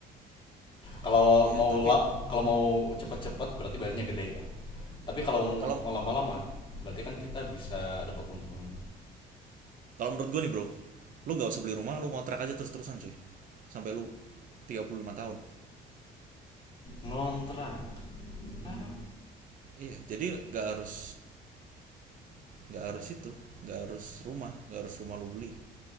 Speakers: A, on the left (about 30°); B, on the right (about 50°).
A: Kalau
B: Iya,
A: mau
B: tapi
A: la- kalau mau cepet-cepet berarti bayarnya gede kan. Tapi kalau
B: kalau
A: mau lama-lama berarti kan kita bisa dapat untung.
B: kalau menurut gua nih, Bro, lu nggak usah beli rumah, lu kontrak aja terus-terusan, cuy. Sampai lu 35 tahun.
A: Ngontrak. Ah.
B: Iya, jadi nggak harus nggak harus itu nggak harus rumah nggak harus rumah lu beli